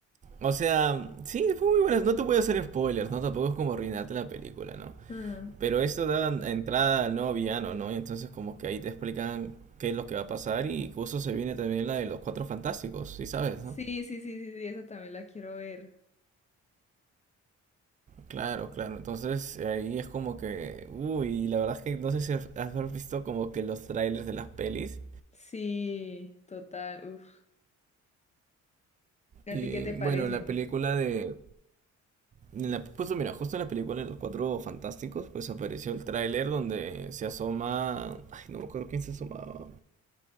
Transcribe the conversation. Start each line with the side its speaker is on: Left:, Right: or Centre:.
Right: O sea, sí, fue muy buena. No te voy a hacer spoilers, ¿no? Tampoco es como arruinarte la película, ¿no?
Left: Ah,
Right: Pero esto da entrada al nuevo villano, ¿no? Y entonces como que ahí te explican qué es lo que va a pasar y justo se viene también la de los Cuatro Fantásticos, ¿sí sabes,
Left: Sí,
Right: no?
Left: sí, sí, sí, sí, esa también la quiero ver.
Right: Claro, claro. Entonces ahí es como que, uy, la verdad es que no sé si has visto como que los trailers de las pelis.
Left: Sí, total, uf. ¿Y a
Right: Y
Left: ti qué te parecen?
Right: bueno, en la película de... En la, pues mira, justo en la película de los Cuatro Fantásticos, pues apareció el tráiler donde se asoma... Ay, no me acuerdo quién se asomaba.